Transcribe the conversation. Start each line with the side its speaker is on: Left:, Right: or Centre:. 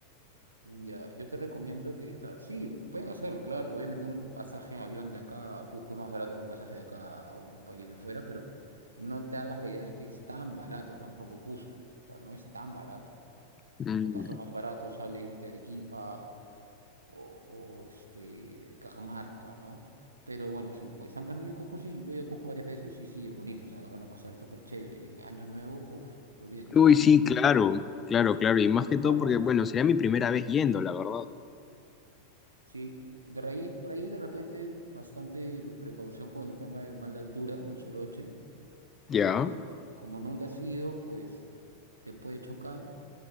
Right: Ya, yo te recomiendo que, o sea, sí, pueden hacerlo, claro. Obviamente un pasaje en avión de acá a Cusco es más barato que un pasaje de acá a un país de afuera, pero no te hagas la idea de que es tan barato tampoco Cusco. O sea, no es tan barato.
Left: Mm.
Right: En todo caso, más barato sale irte a Arequipa o, o, este, Cajamarca, ¿no? Pero bueno, si pues, están pensando en Cusco, sí, yo he ido a Cusco varias veces y sí, es bonito. O sea, la van a pasar súper chévere. Y en Año Nuevo, puf, olvídate,
Left: Uy,
Right: fin de año
Left: sí,
Right: es...
Left: claro, claro, claro. Y más que todo
Right: claro,
Left: porque, bueno, sería mi primera vez yendo, la verdad.
Right: Sí, de ahí, por ahí de repente bastante precaución con el tema de mala altura, el soroche.
Left: Ya.
Right: Eh, como nunca has ido, pues te puede chocar.